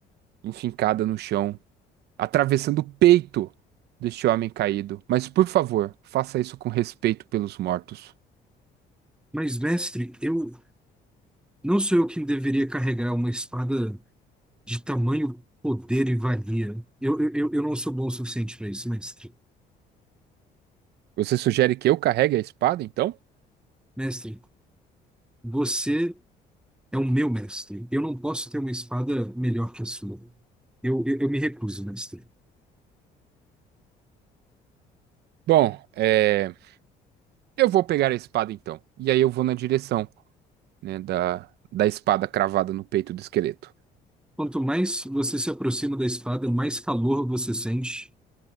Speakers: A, on the right; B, in the centre.
A: enfincada no chão, atravessando o peito deste homem caído. Mas por favor, faça isso com respeito pelos mortos.
B: Mas, mestre, eu Não sou eu quem deveria carregar uma espada de tamanho, poder e valia. Eu, eu, eu eu não sou bom o suficiente para isso, mestre.
A: Você sugere que eu carregue a espada, então?
B: Mestre, você é o meu mestre. Eu não posso ter uma espada melhor que a sua. Eu, eu, eu me recuso, mestre.
A: Bom, é, eu vou pegar a espada então. E aí eu vou na direção, né, da, da espada cravada no peito do esqueleto.
B: Quanto mais você se aproxima da espada, mais calor você sente.